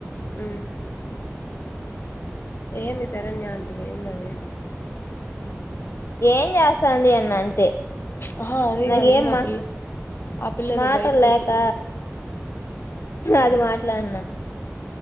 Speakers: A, on the left (about 55°); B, on the left (about 70°).
A: ఆ ఏంది శరణ్య అంటివి ఏంది అది
B: ఏం చేస్తాంది అన్న అంతే
A: ఆహా అది
B: నాకేం
A: కాదు ఎందో
B: మా
A: పిల్ల ఆ పిల్ల ఏదో
B: మాటలు
A: బయటకి
B: లేక
A: వచ్చింది
B: అది మాట్లాడినా